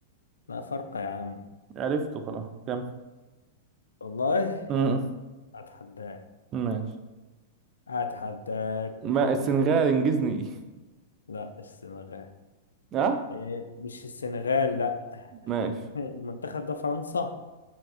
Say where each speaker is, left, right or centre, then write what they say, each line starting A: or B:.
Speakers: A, on the left (about 75°); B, on the right (about 30°).
A: ما فرق يا عم
B: عرفته خلاص كم
A: والله
B: م- م.
A: اتحداك
B: <laughs> ماشي
A: اتحداك
B: ما السنغال انجزني <laughs>
A: لا السنغال
B: ايه اه
A: إيه مش السنغال لا
B: ماشي
A: <laughs> المنتخب ده فرنسا